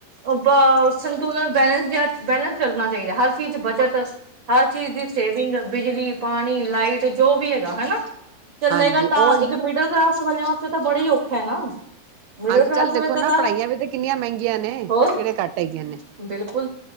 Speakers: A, on the right; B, on the right.
A: ਅਪਾ ਸੰਤੁਲਨ ਬੈਲੈਂਸ ਜਿਹਾ ਬੈਲੇੈਂਸ ਚੱਲਣਾ ਚਾਹੀਦੈ, ਹਰ ਚੀਜ਼ ਚ ਬਚਤ ਹਰ ਚੀਜ਼ ਦੀ ਸੇਵਿੰਗ। ਬਿਜਲੀ ਪਾਣੀ ਲਾਈਟ, ਜੋ ਵੀ ਹੈਗਾ ਹੈਨਾ। ਚੱਲੇਗਾ
B: ਹਾਂਜੀ
A: ਤਾਂ
B: ਉਹ
A: ਇੱਕ
B: ਨਾ
A: ਮਿਡਲ ਕਲਾਸ ਸ ਵਾਲਿਆਂ ਵਾਸਤੇ ਤਾਂ ਬੜਾ ਹੀ ਔਖਾ ਐ ਨਾ। ਮਿਡਲ
B: ਅੱਜ
A: ਕਲਾਸ
B: ਕੱਲ੍ਹ
A: ਵਾਲੇ
B: ਦੇਖੋ
A: ਤਾਂ
B: ਨਾ
A: ਤਾਂ
B: ਪੜ੍ਹਾਈਆਂ ਵੀ ਤੇ ਕਿੰਨੀਆਂ ਮਹਿੰਗੀਆਂ ਨੇ,
A: ਹੋਰ
B: ਕਿਹੜੇ ਘੱਟ ਹੈਗੀਆਂ ਨੇ।
A: ਬਿਲਕੁਲ